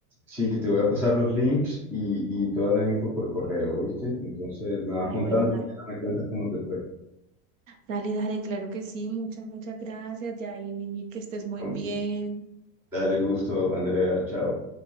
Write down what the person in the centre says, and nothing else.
Sí, te voy a pasar los links y, y toda la info por correo, ¿viste? Entonces me vas
contando
y ya me cuentas cómo te fue.
Con-
Dale gusto, Andrea. Chao.